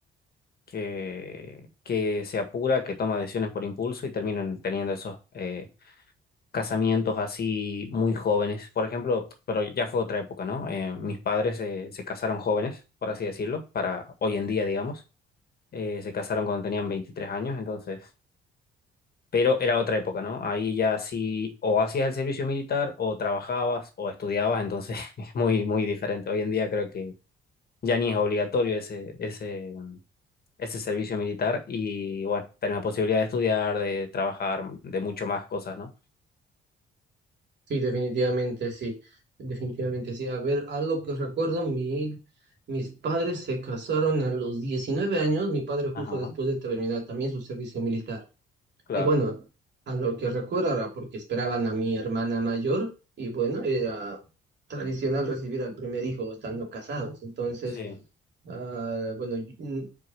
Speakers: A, on the left (about 50°); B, on the right (about 60°).
A: que, que se apura, que toma decisiones por impulso y terminan teniendo esos eh, casamientos así muy jóvenes. Por ejemplo, pero ya fue otra época, ¿no? Eh, mis padres se, se casaron jóvenes, por así decirlo, para hoy en día, digamos. Eh, se casaron cuando tenían 23 años, entonces, pero era otra época, ¿no? Ahí ya sí, o hacías el servicio militar, o trabajabas, o estudiabas, entonces <laughs> es muy, muy diferente. Hoy en día creo que ya ni es obligatorio ese, ese, ese servicio militar y bueno, tenés la posibilidad de estudiar, de trabajar, de mucho más cosas, ¿no?
B: sí, definitivamente sí, definitivamente sí. A ver, algo que recuerdo, mi, mis padres se casaron a los 19 años, mi padre justo
A: Ajá,
B: después de terminar también su servicio militar.
A: claro,
B: Y bueno, a lo que recuerdo ahora, porque esperaban a mi hermana mayor, y bueno, era tradicional recibir al primer hijo estando casados. Entonces,
A: sí.
B: ah, bueno, yo-